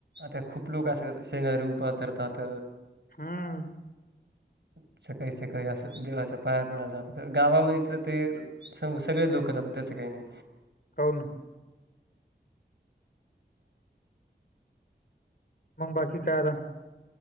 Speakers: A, on the right (about 75°); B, on the left (about 55°).
A: आता खूप लोक असं शनिवारी उपास धरतात.
B: हम.
A: ह सकाळी सकाळी असं देवाच्या पाया पडायला जात तर गावामध्ये तर ते स सगळे लोक. लोक जातं त्याचं काही नाही.
B: होन. मग बाकी काय आता.